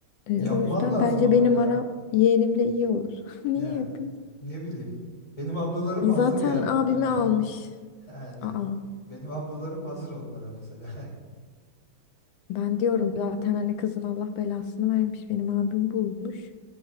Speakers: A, on the left (about 80°); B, on the left (about 20°).
A: Ee,
B: yapman
A: o yüzden
B: lazım
A: bence
B: ama
A: benim
B: ya
A: aram yeğenimle iyi olur. <laughs> Niye
B: yani
A: yapayım?
B: ne bileyim benim ablalarım
A: E,
B: hazır
A: zaten
B: yani
A: abimi
B: ona
A: almış.
B: <laughs> yani
A: Aa.
B: benim ablalarım hazır onlara mesela
A: Ben diyorum zaten hani kızın Allah belasını vermiş. Benim abim bulmuş.